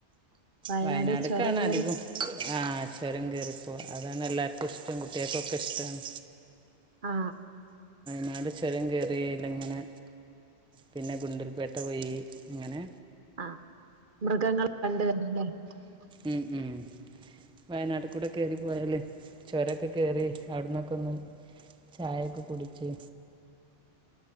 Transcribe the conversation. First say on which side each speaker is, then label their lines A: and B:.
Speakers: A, on the right; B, in the centre.
A: വയനാട്
B: വയനാടക്കാണ്
A: ചുരം കേറി
B: അധികം ആ ചൊരം കേറി പോകുംഅതാണ് എല്ലാർക്കും ഇഷ്ടം കുട്ട്യാൾക്ക് ഒക്കെ ഇഷ്ടാണ്.
A: അആ
B: നാട് ചൊരം കേറി ല്ലങ്ങനെ പിന്നെ ഗുണ്ടൽ പേട്ട പോയി ങ്ങനെ
A: അ മൃഗങ്ങൾ കണ്ട് വ <unintelligible>
B: ഉം ഉം വയനാട്ട് കൂടെ കേറി പോയാല് ചൊരക്കെ കേറി അവിടെന്നൊക്കെന്ന് ചായൊക്കെ കുടിച്ച്